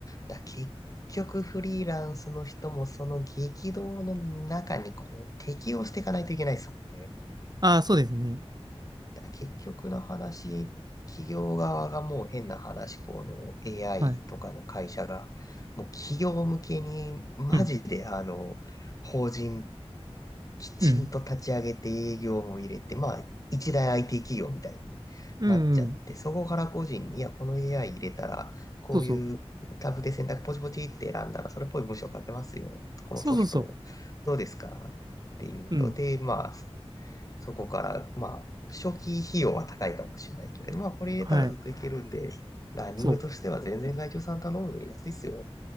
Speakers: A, on the left; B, on the right.
A: だ、結局フリーランスの人もその激動の中にこう適応していかないといけないですもんね。
B: ああ、そうですね。
A: だ、結局の話、企業側がもう変な話、この AI
B: はい。
A: とかの会社が、もう企業向けにマジであの、
B: うん、
A: 法人きちんと立ち上げて営業も入れて、
B: うん、
A: まあ、一大 IT 企業みたいに
B: うん、
A: なっちゃって、
B: うん。
A: そこから個人に、いや、この AI 入れたら、こういうタブで選択ポチポチって選んだら、
B: そうそう。
A: それっぽい文章書けますよ。このソフト、
B: そうそうそ
A: どうですかっていうと、
B: う。うん。
A: で、まあ、そこから、まあ、初期費用は高いかもしれないけれど、まあ、これ入れたらずっといけるんで、
B: はい。
A: ラーニングとしては全然外注さん頼むより安いっすよ
B: そう。